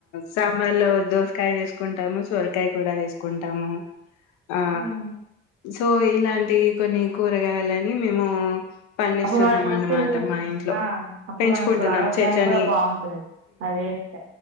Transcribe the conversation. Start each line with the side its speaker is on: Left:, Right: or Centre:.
Left: సాంబార్ లో దోసకాయ వేసుకుంటా ంటాము సొరకాయ కూడా వేసుకుంటాము ఆ
Right: హ
Left: సో ఇలాంటివి కొన్ని కూరగాయలని మేము పన్న
Right: అప్పుడు
Left: సున్నామానమా
Right: మనకు ఫుల్
Left: మా ఇంట్లో
Right: ఆ! అప్పుడు
Left: పెంచుకుంటున్నాం
Right: మనకు ఆరోగ్యానికి
Left: చెట్లని
Right: కూడా బావుంటది అదేస్తే.